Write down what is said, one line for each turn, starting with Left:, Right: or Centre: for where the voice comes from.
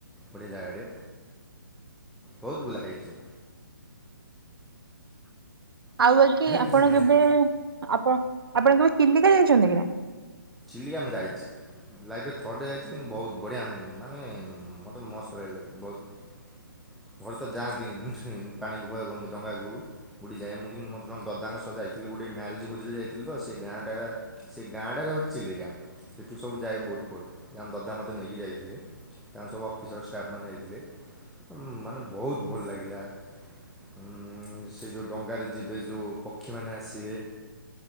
Centre: ବଢ଼ଆ ଜାଗାଟେ। ବହୁତ ବୁଲା ହେଇଛି।
Right: ଆଉ ବାକି
Centre: କିଛି
Right: ଆପଣ
Centre: ନାହିଁ
Right: କେବେ ଆପଣ ଆପଣ କେବେ ଚିଲିକା ଜାଇଛନ୍ତି କି ନାଇଁ?
Centre: ଚିଲିକା ମୁଁ ଯାାଇଛି। ଲାଇଫରେ ଥରଟେ ଯାଇଛି କିନ୍ତୁ ବହୁତ ବଢିଆ ମାନେ ମତେ ମସ୍ତ ଲାଗିଲା ବହୁତ। ଘରେ ତ ଯାଆନ୍ତିନି ପାଣିକୁ ଭୟ କରନ୍ତି ଡଙ୍ଗାକୁ ବୁଡ଼ି ଯାଏ। ମୁଁ କିନ୍ତୁ ମୋର ଜଣେ ଦାଦାଙ୍କ ସହ ଯାଇଥିଲି ଗୋ। ଗୋଟେ ମ୍ୟାରେଜ ଭୋଜରେ ଯାଇଥିଲ ତ ସେ ଗାଁ ଟା ସେ ଗାଁଟାରେ ହଉଛି। ଚିଲିକା ସେଠୁ ସବୁ ଯାଏ ବୋଟଫୋଟ ଜଣେ ଦଦା ମତେ ନେଇକି ଯାଇଥିଲେ। ତାଙ୍କ ସବୁ ଅଫିସର ଷ୍ଟାଫ୍ ମାନେ ଯାଇଥିଲେ। ମାନେ ବହୁତ ଭଲ ଲାଗିଲା। ଉ ସେ ଯୋଉ ଡଙ୍ଗାରେ ଯିବେ ଯୋଉ ପକ୍ଷୀମାନେ ଆସିବେ।